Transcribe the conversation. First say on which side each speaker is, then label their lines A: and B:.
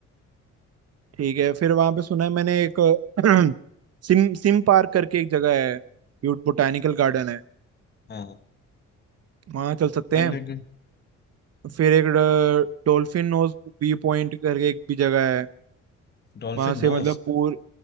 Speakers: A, on the right; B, on the left.
A: ठीक है फिर वहां पे सुना है मैंने एक <clears throat> सिम सिम पार्क करके एक जगह है ब्यूट बोटानिकल
B: अच्छा
A: गार्डन है
B: हाँ हाँ,
A: वहां चल सकते
B: कर
A: हैं
B: लेंगे
A: फिर एक डॉल्फिन नोज व्यू पॉइंट करके एक भी जगह है
B: Dolphin
A: वहां से
B: Nose
A: मतलब पूर